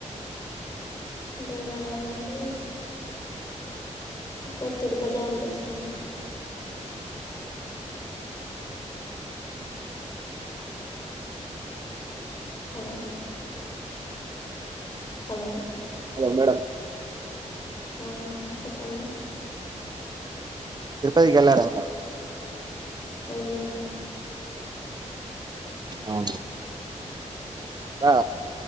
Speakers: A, on the left; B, on the right.
A: దేవాలయం అంటే ఎక్కువ తిరుపతి అంటే ఇష్టం హలో హలో
B: హలో మేడం
A: ఆ చెప్పండి
B: తిరుపతికి వేళ్ళారతే
A: వెళ్ళినా
B: ఆ ఆ